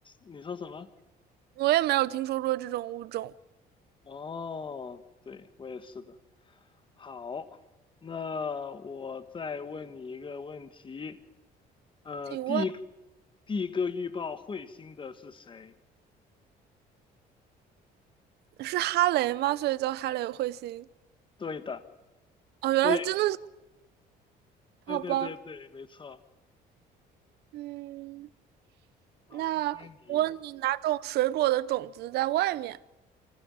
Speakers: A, on the left; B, on the right.
A: 你说什么？
B: 我也没有听说过这种物种。
A: 哦，对，我也是的。好，那我再问你一个问题。呃，
B: 请问
A: 第一第一个预报彗星的是谁？
B: 是哈雷吗？所以叫哈雷彗星。
A: 对的，
B: 哦，原来真的是，
A: 对，对对对对，
B: 好吧。
A: 没错。
B: 嗯，
A: 好，
B: 那我问你，
A: 该你。
B: 哪种水果的种子在外面？